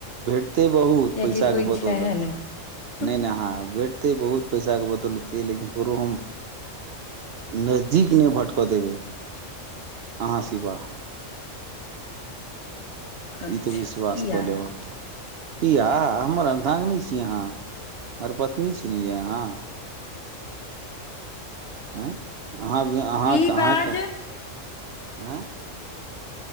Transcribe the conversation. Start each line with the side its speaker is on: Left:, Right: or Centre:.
Right: भेट एते बहुत
Left: कियाकि
Right: पैसा
Left: कोइ
Right: के
Left: इच्छा
Right: बदौलत
Left: है नहि हूँ,
Right: नहि नहि अहाँ वे ते बहुत पैसा के बदलतै लेकिन ककरो हम नजदीक नहि भटकऽ देबे अहाँ शिवा
Left: अच्छा
Right: ई तऽ विश्वास
Left: किया
Right: कऽ लेबे क या हमर अर्धांगिन छी यहाँ हमर पत्नी छी ने य यहाँ आँ अहाँ अहाँके
Left: की
Right: अहाँके
Left: बाज
Right: आँ